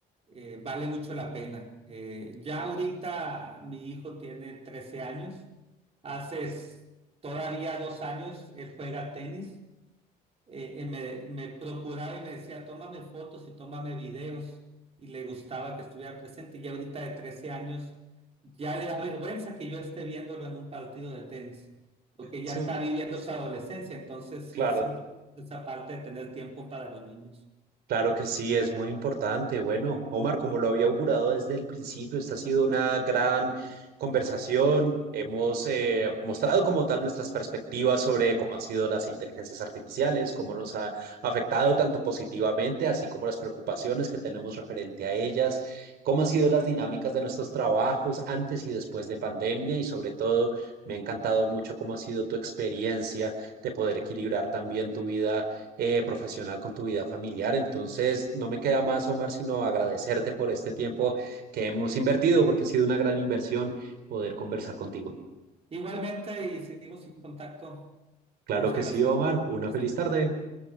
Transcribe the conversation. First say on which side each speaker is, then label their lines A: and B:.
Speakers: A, on the right (about 35°); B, on the right (about 70°).
A: eh, vale mucho la pena. Eh, ya ahorita mi hijo tiene 13 años, hace s- todavía dos años él juega tenis eh, eh, me, me procuraba y me decía, tómame fotos y tómame videos, y le gustaba que estuviera presente. Y ahorita de 13 años ya le da vergüenza que yo esté viéndolo en un partido de tenis, porque
B: Su-
A: ya está viviendo su adolescencia, entonces
B: claro,
A: sí es importante esa parte de tener tiempo para los niños.
B: Claro que sí, es muy importante. Bueno, Omar, como lo había augurado desde el principio, esta ha sido una gran conversación. Hemos eh, mostrado como tal nuestras perspectivas sobre cómo han sido las inteligencias artificiales, cómo nos ha afectado tanto positivamente, así como las preocupaciones que tenemos referente a ellas, cómo han sido las dinámicas de nuestros trabajos antes y después de pandemia y sobre todo me ha encantado mucho cómo ha sido tu experiencia de poder equilibrar también tu vida eh, profesional, con tu vida familiar. Entonces, no me queda más, Omar, sino agradecerte por este tiempo que hemos invertido, porque ha sido una gran inversión poder conversar contigo.
A: Igualmente, y seguimos en contacto.
B: Claro
A: Muchas
B: que
A: gracias.
B: sí, Omar. Una
A: Hasta.
B: feliz tarde.